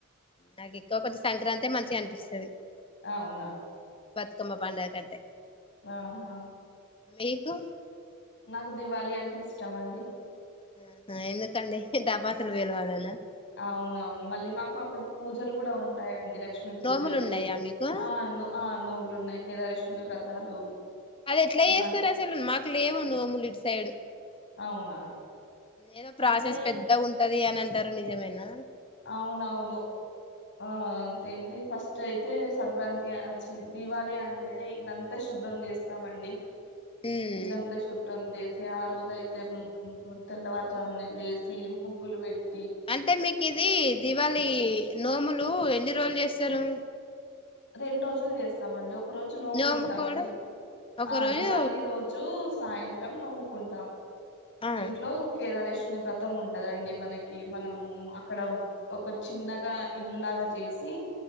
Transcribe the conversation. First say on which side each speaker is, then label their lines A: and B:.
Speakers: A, on the left; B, on the left.
A: నాకు ఎక్కువ సంక్రాంతి మంచిగా అనిపిస్తది.
B: ఆవునా
A: బతుకమ్మ పండగ కంటే.
B: ఆహా.
A: మీకు
B: నాకు దివాళి అంటే ఇష్టమండి.
A: ఆహా ఎందుకండీ. టపాసులు పెలవలానా
B: అవునవును మళ్ళీ మాకు అప్పుడు పూజలు కూడా ఉంటాయండి. లక్ష్మీ పూజలు
A: నోములు ఉన్నాయా మీకు
B: ఆ నో నోములు ఉన్నాయి. కేదారేశ్వరుని వ్రతాలు
A: అది ఎట్లా
B: ఇవన్నీ
A: చేస్తారు అసలు మాకు లేవు నోములు ఇటు సైడ్.
B: అవునా
A: ఏదో ప్రాసెస్
B: అంటే
A: పెద్దగా ఉంటది అనింత. ఇంటారు నిజమేనా.
B: అవునవును. ఆ అంతేంది ఫస్ట్ అయితే. సంక్రాంతి వచ్చి దీవాళి అంటేనే ఇల్లంతా శుభ్రం చేస్తామండి.
A: ఉమ్
B: ఇల్లంతా శుభ్రం దే. ఆ రోజు అయితే తెల్లవారుజామున లేసి ముగ్గులు వెట్టి.
A: అంటే మీకు. కిదిీ దీవాలి కి. నోములు ఎన్ని రోజులు చేస్తారు.
B: రెండు రోజులు చేస్తామండి ఒక. ఒక రోజు నో్ముకుంటామండి
A: నోముకోవడం ఒక
B: ఆ
A: రోజు
B: దివాళి రోజు. సాయంత్రం నోముకుంటాం.
A: ఆ
B: ఇంట్లో కేదారేశ్వ వ్రతం ఉంటదండి మనకి మనము అక్కడ ఒక చిన్నగా ఇల్లులాగా చేసి.